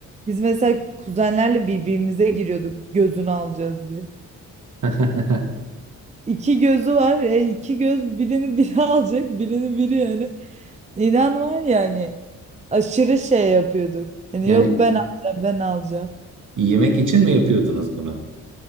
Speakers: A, on the right; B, on the right.
A: Biz mesela kuzenlerle birbirimize giriyorduk gözünü alacağız diye.
B: <laughs>
A: İki gözü var. E, iki göz birini biri <laughs> alacak, birini biri yani. İnan var ya hani aşırı şey yapıyorduk. Hani
B: Yani
A: yok ben alacağım ben alacağım.
B: yemek için mi yapıyordunuz bunu?